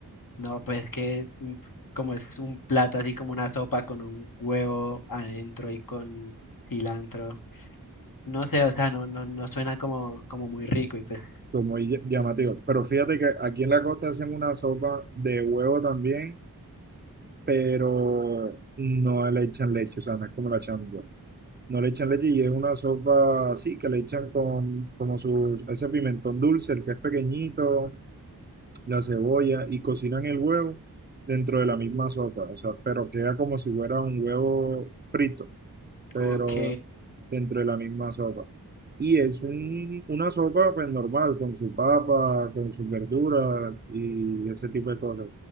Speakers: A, on the left; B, on the right.
A: No, pues que mm, como es un plato así como una sopa con un huevo adentro y con cilantro. No sé, o sea, no, no, no suena como, como muy rico y pues,
B: como muy ll- llamativo. Pero fíjate que aquí en la costa hacen una sopa de huevo también, pero no le echan leche, o sea, no es como la changua. No le echan leche y es una sopa así, que le echan con como sus, ese pimentón dulce, el que es pequeñito, la cebolla, y cocinan el huevo dentro de la misma sopa, o sea, pero queda como si fuera un huevo frito, pero
A: ok,
B: dentro de la misma sopa. Y es un, una sopa pues normal, con su papa, con sus verduras y ese tipo de cosas.